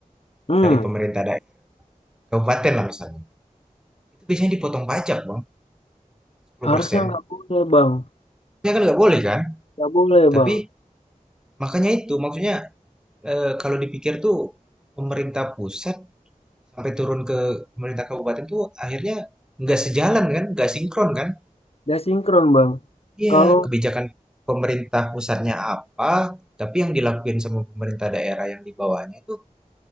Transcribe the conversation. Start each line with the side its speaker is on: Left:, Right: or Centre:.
Left: Hmm,
Centre: dari pemerintah daerah, kabupaten lah misalnya. Itu biasanya dipotong pajak, Bang, sepuluh
Left: harusnya
Centre: persen
Left: nggak boleh, Bang.
Centre: Ya kan nggak boleh kan?
Left: Nggak boleh,
Centre: Tapi
Left: Bang.
Centre: makanya itu, maksudnya eh, kalau dipikir tuh pemerintah pusat sampai turun ke pemerintah kabupaten tuh akhirnya nggak sejalan kan, nggak sinkron kan?
Left: Nggak sinkron, Bang.
Centre: Iya,
Left: Kalau
Centre: kebijakan pemerintah pusatnya apa, tapi yang dilakuin sama pemerintah daerah yang di bawahnya itu